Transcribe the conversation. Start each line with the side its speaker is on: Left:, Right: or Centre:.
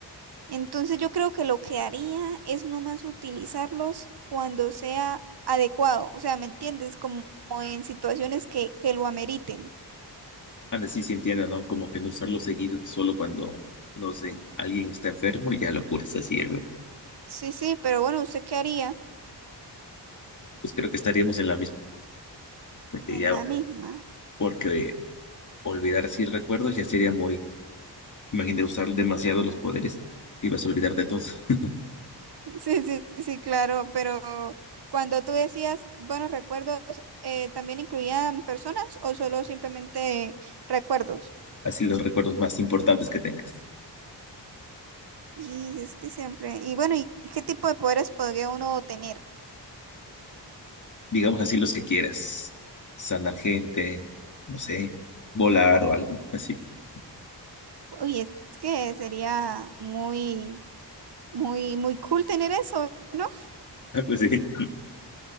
Right: Entonces yo creo que lo que haría es nomás utilizarlos cuando sea adecuado, o sea, ¿me entiendes? Como en situaciones que, que lo ameriten.
Left: Anda, sí se entiende, ¿no? Como que no usarlo seguido, solo cuando, no sé, alguien está enfermo y ya lo curas así, ¿verdad?
Right: Sí, sí, pero bueno, ¿usted qué haría?
Left: Pues creo que estaríamos en la misma, porque
Right: En
Left: ya,
Right: la misma. <laughs>
Left: porque olvidar así recuerdos ya sería muy, Imagínate usar demasiado los poderes, te ibas a olvidar de todo. <laughs>
Right: Sí, sí, sí, claro, pero cuando tú decías buenos recuerdos, eh, ¿también incluían personas o solo simplemente recuerdos?
Left: Así los recuerdos más importantes que tengas.
Right: Y es que siempre, y bueno, ¿y qué tipo de poderes podría uno tener?
Left: Digamos así los que quieras. Sanar gente, no sé, volar o algo así. <laughs>
Right: Uy, es que sería muy Muy, muy cool tener eso, ¿no?
Left: Ah, pues sí, <laughs>